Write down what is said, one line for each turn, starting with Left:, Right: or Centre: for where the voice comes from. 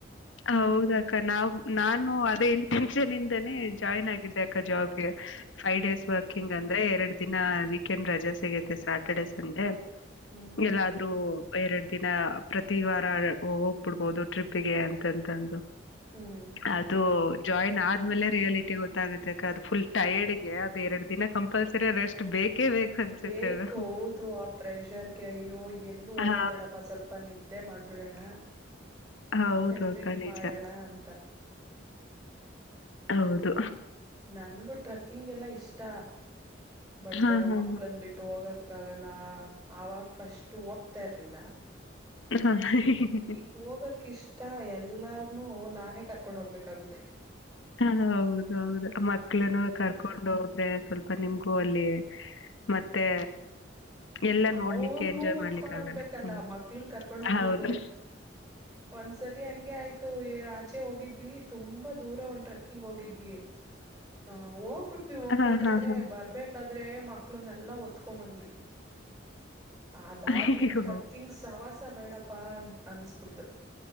Left: ಹೌದ ಅಕ್ಕ ನಾವವು ನಾನು ಅದೇ ಇಂಟೆನ್ಷನ್ ಇಂದಾನೇ ಜಾಯ್ನ್ ಆಗಿದ್ದೆ ಅಕ್ಕ ಜಾಬ್ಗೆ ಫೈವ್
Right: ಹ್ಮ್
Left: ಡೇಸ್ ವರ್ಕಿಂಗ್ ಅಂತ ಅಂದ್ರೆ ಎರಡು ದಿನ ವೀಕೆಂಡ್ ರಜೆ ಸಿಗುತ್ತೆ ಸ್ಯಾಟರ್ಡೆ ಸಂಡೆ
Right: ಹ್ಮ್
Left: ಎಲ್ಲಾದ್ರೂ ಎರಡು ದಿನ ಪ್ರತಿ ವಾರ ಹೋಗ್ಬಿಡ್ಬಹುದು ಟ್ರಿಪ್ಗೆ ಅಂತ <inaudible>
Right: ಹ್ಮ್
Left: ಅದು ಜಾಯಿನ್ ಆದ್ಮೇಲೆ ಯಲಿಟಿ ಗೊತ್ತಾಗುತ್ತೆ ಅ ಅದು ಫುಲ್ ಟೈರ್ಡ್ಗೆ ಅದು ಎರಡು ದಿನ ಕಂಪಲ್ಸರಿ ರೆಸ್ಟ್ ಬೇಕು ಅನ್ಸುತ್ತೆ
Right: ಬೇಕು
Left: ಅದು
Right: ಹೌದು ಆ ಪ್ರೆಷರ್ಗೆ ಅಯ್ಯೋ ಎಲ್ಲೂ ಹೋಗದ್ಬೇಡಪ್ಪ
Left: ಹ
Right: ಸ್ವಲ್ಪ ನಿದ್ದೆ ಮಾಡ್ಬಿಡಣ
Left: ಹೌದು
Right: ಆಮೇ ಟ್ರಿಪ್
Left: ಅಕ್ಕ ನಿಜ
Right: ಮಾಡೋಣ ಅಂತ
Left: ಹೌದು
Right: ನನ್ಗೂ ಟ್ರಕ್ಕಿಂಗ್ ಎಲ್ಲಾ ಇಷ್ಟ ಬಟ್
Left: ಹಾ ಹಾ
Right: ಮಕ್ಳಂದ ಬಿಟ್ಟು ಹೋಗ ಯಕ್ಕಾಗಲ್ಲ ಆವಾಗ ಫಸ್ಟ್ ಹೋಗತಾ ಇರ್ಲಿಲ್ಲ
Left: ಹಾ ಹ
Right: ಈಗ್ ಹೋಗಕ ಇಷ್ಟ ಎಲ್ಲಾರ್ನುೂ ನಾನೇ ಕರ್ಕೊಂಡ್ ಹೋಗ್ಬೇಕಾಗುತ್ತೆ
Left: ಹ ಹೌದ ಹೌದು ಮಕ್ಳನ್ನು
Right: ಹ್ಮ್
Left: ಕರ್ಕೊಂಡು ಹೋಗ ಆದ್ರೆ ಸ್ವಲ್ಪ ನಿಮ್ಗೂ ಅಲ್ಲಿ ಮತ್ತೆ ಎಲ್ಲ ನೋಡ್ಲಿಕ್ಕೆ
Right: ಅವ್ರನುೂ
Left: ಎಂಜಾಯ್
Right: ಹೊತ್ಕೊಂಡ್
Left: ಮಾಡ್ಲಿಕ್ಕೆ
Right: ಹೋಗ್ಬೇಕಲ್ಲ
Left: ಆಗಲ್ಲ ಹ್ಮ್
Right: ಮಕ್ಳನ್ ಕರ್ಕೊಂಡ್ ಹೋಗ್ಬೋದು
Left: ಹೌದು
Right: ಒಂದ್ಸಲಿ ಹಂಗೆ ಆಯ್ತು ಆಚೆ ಹೋಗಿದ್ವಿ ತುಂಬಾ ದೂರ ಒಂದು್ ಟ್ರಕ್ಕಿಂಗ್ ಹೋಗಿದ್ವಿ ಹಾ ಓ ಬಟ್ವಿ ಹೋಗ್ಬೇಕಾದ್ರೆ
Left: ಹಾ ಹಾ ಹಾ
Right: ಬರ್ಬೇಕಾದ್ರೆ ಅಂದ್ರೆ ಮಕ್ಳು ಎಲ್ಲಾ ಒತ್ಕೊ ಬಂದ್ವಿ ಅದಾದ್ಮೇಲೆ
Left: ಅಯ್ಯೋ
Right: ಟ್ರಕ್ಕಿಂಗ್ ಸವಾಸ ಬೇಡಪ್ಪ ಪ್ಪಾ ಅನ್ ಅನ್ಿಸಬಿಡ್ತು